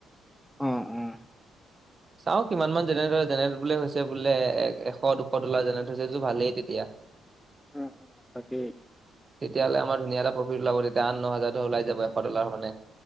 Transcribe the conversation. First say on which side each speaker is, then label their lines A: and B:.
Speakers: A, in the centre; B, on the right.
A: অঁ-অঁ
B: চাও কিমান মান জেনেৰেট জেনেৰেট বোলে হৈছে বোলে এ এশ দুশ তোলা যেনে হৈছেযোৰ ভালেই তেতিয়া৷ <inaudible>
A: উ অ তাকে
B: তেতিয়াহ'লে আমাৰ ধুনীয়া এটা প্ৰফিট উলাব তেতিয়া আঠ ন হাজাৰৰ ওলাই যাব এশ ডলৰ মানে৷